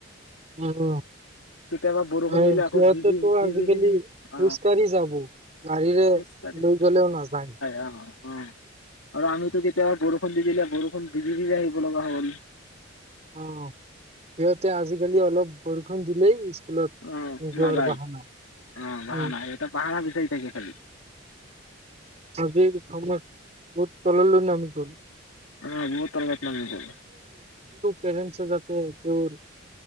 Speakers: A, on the right; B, on the left.
A: উ
B: কেতিয়াবা বৰষুণ
A: আৰু
B: দিলে আকৌ
A: সিহঁতেতো
B: ভিজি ভিজি
A: আজিকালি।
B: ভিজি <unintelligible>
A: খোজকাঢ়ি যাব। গাড়ীৰে
B: যায়
A: লৈ গলেও নাযায়।
B: অ-অ আৰু আমি। কেতিয়াবা বৰষুণ দি দিলে বৰষুণ ভিজি ভিজি আহিব লগা হ'ল।
A: অ', সিহঁতে আজিকালি অলপ বৰষুণ দিলেই <unintelligible>
B: অ
A: জৰ
B: নাযায়
A: বাহানা
B: অ বাহানা
A: উম
B: এটা বাহানা বিচাৰি থাকে খালি
A: <inaudible> বহুত তললৈ নামি গ'ল।
B: অ', বহুত তলত নামি গ'ল।
A: পেৰেণ্টছে যাতে তেওঁৰ